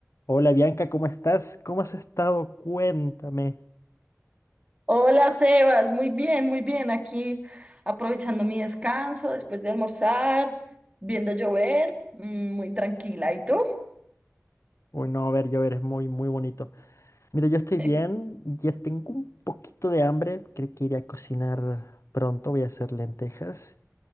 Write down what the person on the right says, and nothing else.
Hola Sebas, muy bien, muy bien. Aquí aprovechando mi descanso después de almorzar, viendo llover, mm, muy tranquila. ¿Y tú?
<laughs>